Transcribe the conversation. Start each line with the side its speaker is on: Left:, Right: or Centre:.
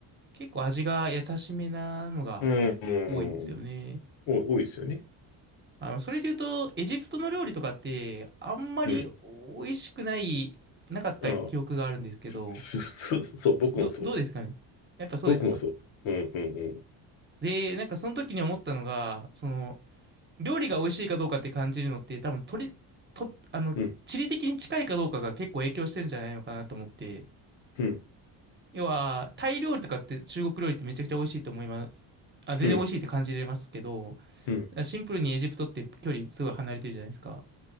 Right: 結構味が優しめなのが
Left: うん、うん。
Right: 多いですよね。
Left: お多いですよね。
Right: あの、それで言うと、エジプトの料理とかって、あんまり美味しくない、
Left: うん。
Right: なかった記憶があるんですけど、
Left: ああ <laughs> そう、そう、僕もそう。
Right: ど、どうですかねやっぱそうですか
Left: 僕もそう。うん、うん、
Right: で、なんかその時に思ったのが、その、料理が美味しいかどうかって感じるのって多分取り、と、あの、
Left: うん。
Right: 地理的に近いかどうかが結構影響してるんじゃないのかなと思って。
Left: うん、うん、
Right: 要は、タイ料理とかって中国料理ってめちゃくちゃ美味しいと思います。あ、全然美味しいって感じれますけど、
Left: うん、うん。
Right: シンプルにエジプトって距離すごい離れてるじゃないですか。